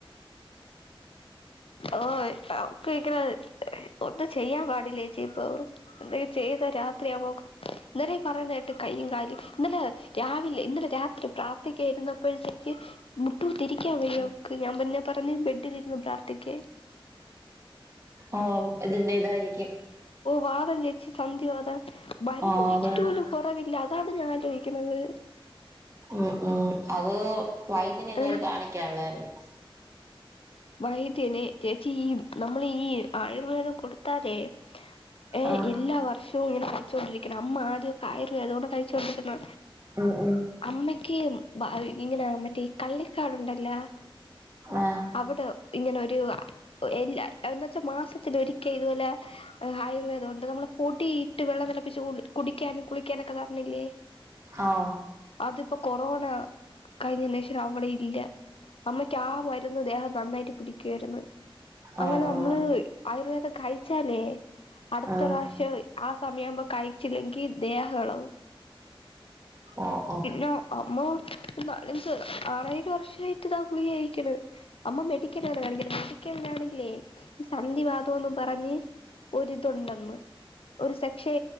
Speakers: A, on the left (about 75°); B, on the right (about 30°).
A: ഓഹ് കഴിക്കണത് ഒന്ന് ചെയ്യാൻ പാടില്ല ചേച്ചി ഇപ്പോ എന്തോ ചെയ്ത രാത്രിയാുമ്പോക്ക് ഇന്നലെ പറയാനായിട്ട് കയ്യും കാലും ഇന്നലെ രാവിലെ ഇന്നലെ രാത്രി പ്രാർത്ഥിക്കായിരുന്നപ്പോഴത്തേക്ക് മുട്ടു തിരിക്കാ വയ്യക്ക് ഞാൻ പറന്നെ പറഞ്ഞ് ബെഡിലിന്ന് പ്രാർത്ഥിക്കേ
B: ഓ ഇതിന്റെ ഇതായിരിക്കും
A: വാതം സന്ധിവാതം മാരുന്ന്
B: ആ
A: കഴിച്ചിട്ട്
B: അതന്നെ
A: പോലും കുറവില്ല അതാണ് ഞാൻ ആലോചിക്കുന്നത്
B: ഉം ഉം അത് വൈദ്യന് എന്തെങ്കിലും
A: ഏഹ്
B: കാണിക്കാനുള്ളതായിരുന്നു
A: വൈദ്യനെ ചേച്ചി ഈ നമ്മള് ഈ ആയുർവേദം കൊടുത്താലേ ഏ
B: ആ
A: എല്ലാ വർഷവും ഇങ്ങനെ കഴിച്ചൊണ്ടിരിക്കണ അമ്മ ആദ്യ കായറ അതുകൊണ്ട് കഴിച്ചോൊണ്ടിരിക്കുന്ന
B: ഉം ഉം
A: അമ്മക്ക് ഇങ്ങനെ മറ്റേ കള്ളിക്കാടുണ്ടല്ല
B: ആഹ്
A: അവിടെ ഇങ്ങനെൊരു എല്ല എ വച്ചാൽ മാസത്തില ഒരിക്കൽ ഇതുപോലെ ആയുർവേദംണ്ട് നമ്മള് പൊടിയിട്ട് വെള്ളം വെള്ളം കുടിക്കാനും കുളിക്കാനക്കെേ
B: ഓ
A: അത് കൊറോണ കഴിഞ്ഞ് ശേഷം അവിടെ ഇല്ല അമ്മയ്ക്ക് ആ മരുന്ന് ദേഹം നന്നായിട്ട് പിടിക്കുായിരുന്നു അങ്ങനെ
B: ഓ ഓ
A: നമ്മള് ആയുർവേദം കഴിച്ചാലേ അടുത്ത
B: ഉം
A: പ്രാവശ്യം ആ സമയ ആുമ്പോ കഴിച്ചില്ലെങ്കി ദേഹകളവും
B: ആഹ്
A: പിന്നെ അമ്മ നാലഞ്ച് ആറേഴ് വർഷാ യിട്ട്താ ഗുളിക കായിക്കണ് അമ്മ മെഡിക്കൽെ കാണിക്ക മെഡിക്കൽാണെങ്കിലേ ഈ സന്ധി വാദംന്നും പറഞ്ഞ് ഒരിതുണ്ടെന്ന് ഒരു സെക്ഷൻ